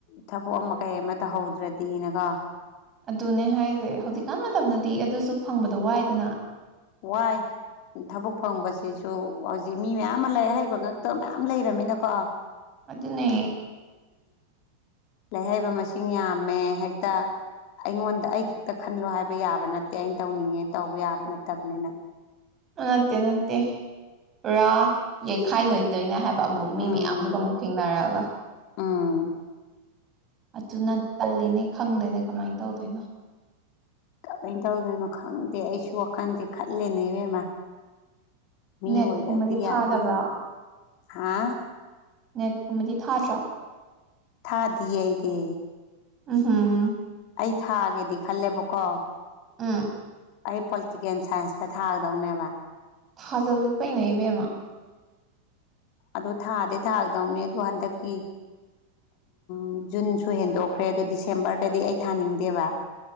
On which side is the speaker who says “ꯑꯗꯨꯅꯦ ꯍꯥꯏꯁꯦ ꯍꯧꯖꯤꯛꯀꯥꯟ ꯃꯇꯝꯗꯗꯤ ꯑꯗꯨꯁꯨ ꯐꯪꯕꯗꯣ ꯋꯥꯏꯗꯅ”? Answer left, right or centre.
Right